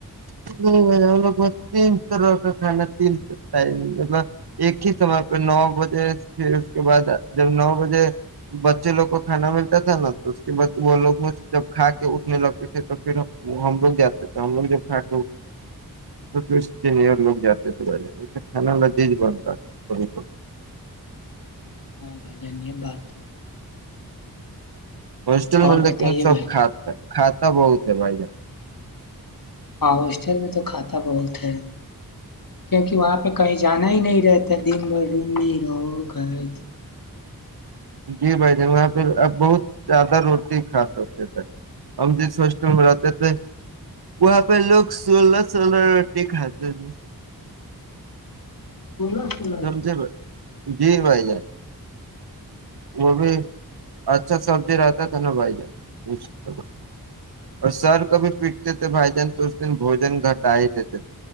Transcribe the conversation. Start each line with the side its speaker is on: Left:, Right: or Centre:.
Right: ہم لوگ تین طرح کا کھانا ت مطلب ایک ہی سمے پہ نو بجے پھر اس کے بعد جب نو بجے بچے لوگ کو کھانا ملتا تھا نا تو اس کے بعد وہ لوگ جب کھا کے اٹھنے لگتے تھے تو پھر ہم لوگ جاتے تھے م فٹا ا ل سینر لوگ جاتے تھ بے تھھانا جز بنتا س
Left: ہاں بھائی جان یہ بات تو ہے
Right: ہاسٹل
Left: اور
Right: میں لیکن
Left: بتائیے
Right: سب
Left: بھائی
Right: کھات کھاتا بہت چلائے
Left: ہاں ہسٹل میں تو کھاتا بہت ہے کیونکہ وہاں پہ کہیں جانا ہی نہیں رہتا دن بھر روم میں ہی رہو گھر میں
Right: جی بھ جن وہاں پہ آپ بہت زیادہ روٹی کھا سکتے تھے ہم جس میں رہتے تھے وہاں پہ لوگ سولہ سولہ روٹی کھاتے تھے
Left: سولہ سولہ
Right: سمجھے
Left: روپے
Right: ب جی بھائی جان وہ بھی اچھا سبزی رہتا تو نبھائی جات اور سر ک پکتے تھے بھ جان تو اس د بوجن گٹا ہی دیتے